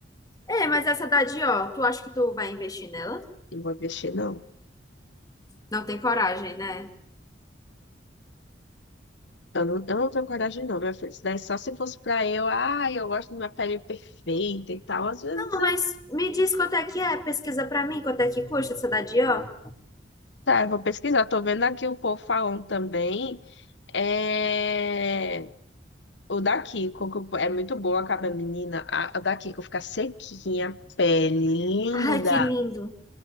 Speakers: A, on the left (about 20°); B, on the left (about 70°).
A: É, mas essa da Dior, tu acha que tu vai investir nela?
B: Não vou investir, não.
A: Não tem coragem, né?
B: Eu não, eu não tenho coragem, não, minha filha. Isso daí só se fosse pra eu, ai, eu gosto de minha pele perfeita e tal. Às vezes
A: Não,
B: eu.
A: mas me diz quanto é que é, pesquisa pra mim quanto é que custa essa da Dior.
B: Tá, eu vou pesquisar. Tô vendo aqui o povo falando também. É. O da Kiko, que é muito boa acaba menina. A, a da Kiko fica sequinha, pele linda.
A: Ai, que lindo.